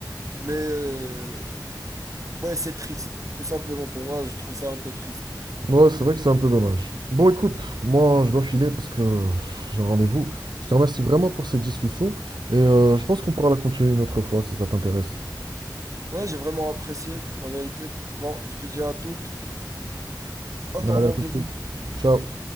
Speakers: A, on the right; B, on the right.
A: Mais euh, ouais, c'est triste, tout simplement pour moi, je trouve ça un peu triste.
B: Ouais, c'est vrai que c'est un peu dommage. Bon, écoute, moi, je dois filer parce que j'ai un rendez-vous. Je te remercie vraiment pour cette discussion et euh, je pense qu'on pourra la continuer une autre fois si ça t'intéresse.
A: Ouais, j'ai vraiment apprécié, la vérité. Bon, je te dis à toutes, à
B: Allez,
A: ton rendez-vous.
B: à tout de suite. Ciao.